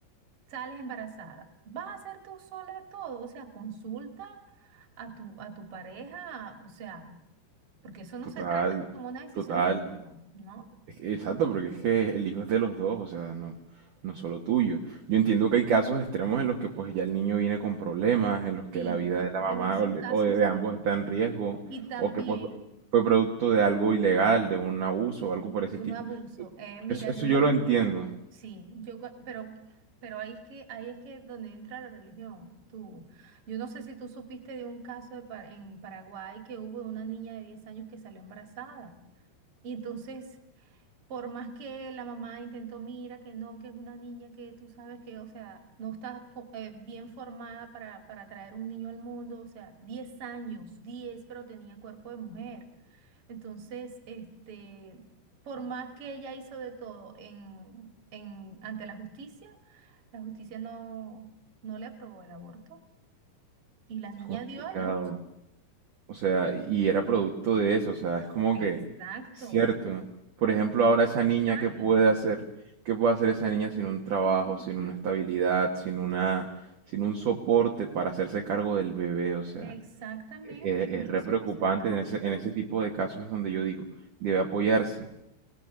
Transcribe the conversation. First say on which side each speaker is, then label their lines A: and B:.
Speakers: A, on the right; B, on the right.
A: sales embarazada. ¿Vas a hacer tú sola todo? O sea, consulta a tu, a tu pareja, o sea porque eso no
B: Total,
A: se trata de como una decisión
B: total.
A: sola, ¿no?
B: Es que- Exacto, porque es que el hijo es de los dos, o sea, no, no solo tuyo. Yo entiendo que hay casos extremos en los que pues ya el niño viene con problemas, en los que
A: Sí,
B: la vida de la mamá
A: en esos
B: o, le-
A: casos
B: o de, de ambos
A: sí.
B: está en riesgo,
A: Y también
B: o que pues fue producto de algo ilegal, de un abuso o algo por ese
A: de
B: tipo.
A: un abuso. Eh, mira,
B: Eso, eso
A: yo
B: yo
A: conozco,
B: lo entiendo.
A: sí, yo, co- pero, pero ahí es que, ahí es que donde entra la religión. Tú, yo no sé si tú supiste de un caso de Pa- en Paraguay que hubo una niña de 10 años que salió embarazada. Y entonces Por más que la mamá intentó, mira, que no, que es una niña que tú sabes que, o sea, no está co- eh, bien formada para, para traer un niño al mundo, o sea, 10 años, 10 pero tenía cuerpo de mujer. Entonces, este, por más que ella hizo de todo en, en, ante la justicia, la justicia no, no le aprobó el aborto y la niña
B: Complicado.
A: dio a luz,
B: O sea, y era producto de eso, o sea, es como
A: exacto,
B: que, cierto. Por
A: ¿sabes?
B: ejemplo, ahora esa
A: 10
B: niña,
A: años.
B: ¿qué puede hacer? ¿Qué puede hacer esa niña sin un trabajo,
A: Ujú.
B: sin una estabilidad, sin una, sin un soporte para hacerse cargo del bebé? O sea,
A: Exactamente.
B: e- e-
A: Entonces,
B: es, re preocupante
A: esos casos,
B: en ese, en ese tipo de casos es donde yo digo, debe apoyarse,